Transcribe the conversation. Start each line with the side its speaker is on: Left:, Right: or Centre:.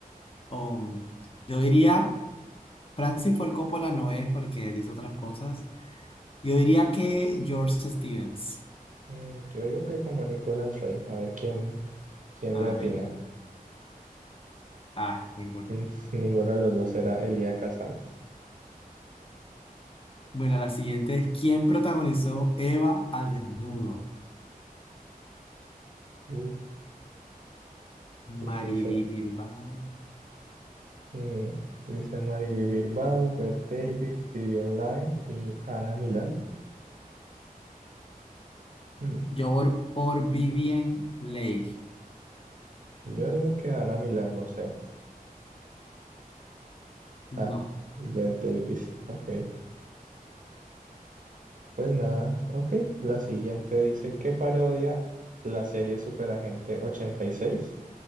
Left: Um, yo diría, Francis Ford Coppola no es porque él hizo otras cosas. Yo diría que George Stevens.
Right: Mm, yo digo que como Nicolas Ray. A ver quién, quién
Left: A
Right: le atina.
Left: ver, ah, ninguno.
Right: <laughs> Mm, Ninguno de los dos era Eliaka Sanz.
Left: Bueno, la siguiente es ¿quién protagonizó Eva al desnudo?
Right: Uf. Y dice,
Left: Mariby Bilbao.
Right: y dice Mariby Bilbao, Bette Davis, Vivian Leigh y Ana Milán. Mm,
Left: Yo por, por Vivien Leigh.
Right: Yo digo que Ana Milán, no sé.
Left: No,
Right: Ah, Bette Davis. Ok. Pues nada, ok. La siguiente dice, ¿qué parodia la serie Superagente ochenta y seis,